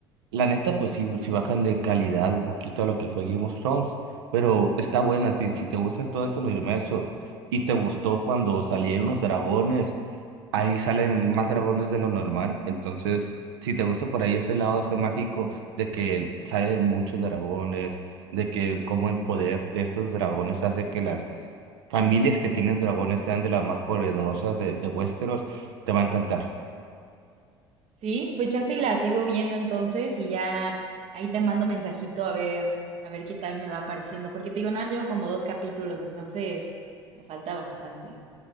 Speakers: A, on the right; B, on the right.
A: La neta, pues sí, sí bajan de calidad un poquito a lo que fue Game of Thrones, pero está buena. Si, si te gustas todo eso, no irme a eso. Y te gustó cuando salieron los dragones, ahí salen más dragones de lo normal. Entonces, si te gusta por ahí ese lado, ese mágico de que salen muchos dragones de que como el poder de estos dragones hace que las familias que tienen dragones sean de las más poderosas de, de Westeros, te va a encantar.
B: Sí, pues chance y la sigo viendo entonces y ya ahí te mando mensajito a ver, a ver qué tal me va pareciendo. Porque te digo, no, llevo como dos capítulos, entonces me falta bastante.